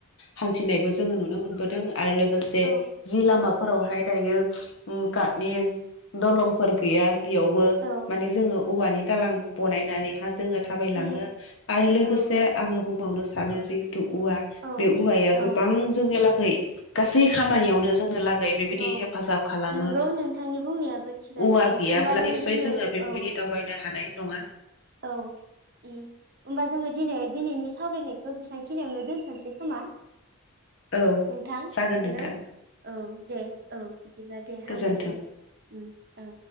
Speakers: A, on the left (about 60°); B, on the right (about 45°).
A: हान्थिनायबो जोङो नुनो मोनबोदों। आरो लोगोसे
B: औ
A: जि लामा फोरावहाय दायो उम काटनि दलं फोर गैया बेयावबो
B: औ
A: माने जोङो औवानि दालां बनायनानैहा जोङो थाबायलाङो
B: उम
A: आरो लोगोसे
B: औ
A: आङो बुंबावनो सानो जिहेतु औवा
B: औ
A: बे औवाया
B: औ
A: गोबां जोंनि गासै खामानियावनो जोंनो ला बेबायदि
B: औ
A: हेफाजाब खालामो।
B: नोंगौ नोंथांनि बुंनायाबो थिगानो
A: औवा
B: औ
A: गैयाब्ला
B: होमबा
A: निस्य
B: दिनै
A: जोङो बेबायदि
B: औ
A: दावबायनो हानाय नङा
B: औ उम होनोमबा जोङो दिनै दिनैनि सावरायनायखौ बेसां खिनियावनो दोनथ'नोसै खोमा?
A: औ
B: नोंथां
A: जागोन नोंथां
B: हेलौ औ दे औ बिदिब्ला दे
A: गोजोन्थों
B: हामबायसै उम औ।